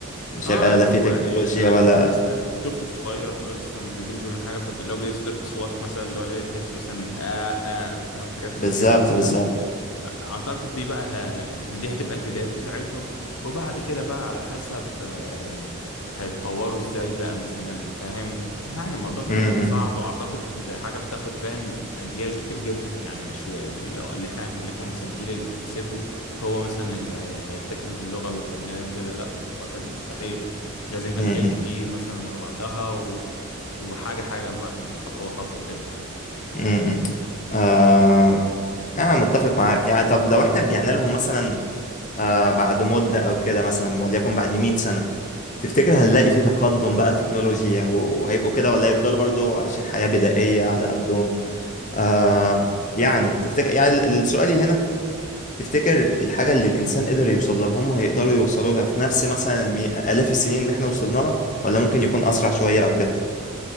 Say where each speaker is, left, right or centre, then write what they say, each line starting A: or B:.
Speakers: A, on the left; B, on the left.
A: مش
B: اه
A: هيبقى
B: اللي
A: لا في
B: هو
A: تكنولوجيا
B: آه، عارف
A: ولا
B: انت مثلا الطفل الصغير اللي هو لسه ما بيكونش بيعمل حاجة فلو بيصدر اصوات مثلا اللي هو إيه، تحسه مثلا آه آه فاهم حاجات زي
A: بالظبط
B: كده مثلا
A: بالظبط
B: اعتقد دي بقى ه... يعني دي هتبقى البدايات بتاعتهم وبعد كده بقى على حسب آه، هيتطوروا ازاي بقى مثلا فاهم يعني الموضوع طبعا
A: امم
B: هيبقى
A: امم
B: صعب واعتقد حاجه بتاخد فاهم اجيال كتير جدا يعني مش و... لو اللي احنا هنخلفهم مثلا الجيل اللي هنسيبه هو مثلا اللي هي- هيبتكر اللغه ويكملها وكده لا اعتقد مستحيل لازم
A: إمم،
B: اجيال
A: إمم.
B: كتير مثلا ورا بعضها و... وحاجه حاجه بقى يعني خطوه خطوه كده
A: امم امم. آه أنا متفق معاك يعني طب لو إحنا رجعنا لهم مثلا آه بعد مدة أو كده مثلا وليكن بعد 100 سنة تفتكر هنلاقي في تقدم بقى تكنولوجيا و- وهيبقوا كده ولا يفضلوا برضو عايشين حياة بدائية على قدهم آه يعني تفتكر يعني ال- السؤالي هنا تفتكر الحاجة اللي الإنسان قدر يوصل لها هم هيقدروا يوصلوا لها في نفس مثلا المي- آلاف السنين اللي إحنا وصلنا لها ولا ممكن يكون أسرع شوية أو كده